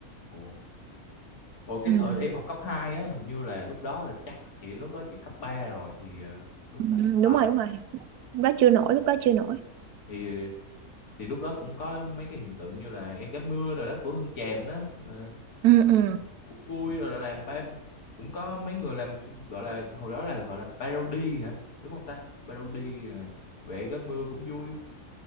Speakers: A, on the left; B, on the right.
A: ồ hồi cái
B: ừ
A: thời em học cấp 2 á hình như là lúc đó là chắc chị lúc đó chị cấp 3 rồi thì ờ, đúng
B: ừ,
A: không ta à
B: đúng rồi đúng rồi lúc đó chưa nổi lúc đó chưa nổi
A: thì thì lúc đó cũng có mấy cái hiện tượng như là em gái mưa rồi đó của Hương Tràm đó Ờ,
B: ừ ừ
A: cũng vui rồi là làm ba cũng có mấy người làm gọi là hồi đó là gọi là parody hả đúng không ta parody ờ, vẽ vé mưa cũng vui